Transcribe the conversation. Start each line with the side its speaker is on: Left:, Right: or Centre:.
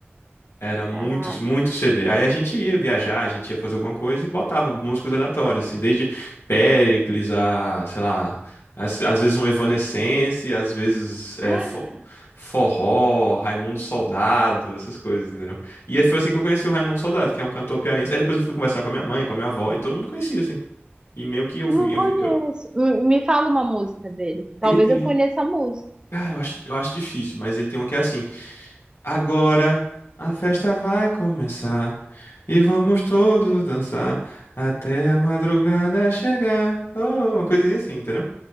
Left: Era muito,
Right: Caraca.
Left: muito CD. Aí a gente ia viajar, a gente ia fazer alguma coisa e botava músicas aleatórias, assim, desde Péricles a, sei lá, às, às vezes um Evanescence, às vezes é,
Right: <gasps>
Left: fo- forró, Raimundo Soldado, essas coisas, entendeu? E aí foi assim que eu conheci o Raimundo Soldado, que é um cantor piauiense. Aí depois eu fui conversar com a minha mãe, com a minha avó, e todo mundo conhecia, assim. E meio que eu,
Right: Não
Left: vi- eu,
Right: conheço.
Left: vi- eu-
Right: M- Me fala uma música dele. Talvez
Left: ele tem,
Right: eu conheça
Left: um,
Right: a música.
Left: cara, eu acho, eu acho difícil, mas ele tem um que é assim. Agora a festa vai começar e vamos todos dançar até a madrugada chegar. Oh, uma coisinha assim, entendeu?